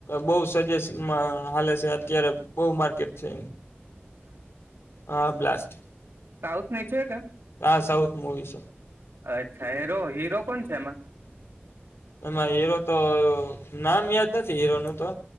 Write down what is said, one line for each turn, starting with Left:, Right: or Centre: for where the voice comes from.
Left: બઉ સજેશમાં હાલે છે, અત્યારે બહ માર્કેટ છે. હા, બ્લાસ્ટ
Right: સાઉથ ની છે, કે
Left: આ સાઉથ મુવી છે
Right: અચ્છા હીરો હીરો કોણ છે, એમા
Left: એમાં હીરો, તો નામ યાદ નથી હીરો નું તો